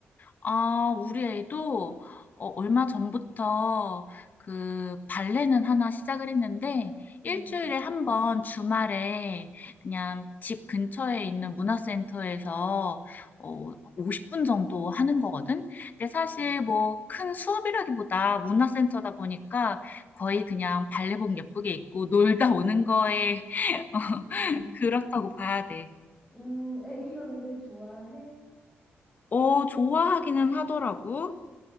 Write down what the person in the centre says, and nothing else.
음,
음,
음, 애기가 근데 좋아해?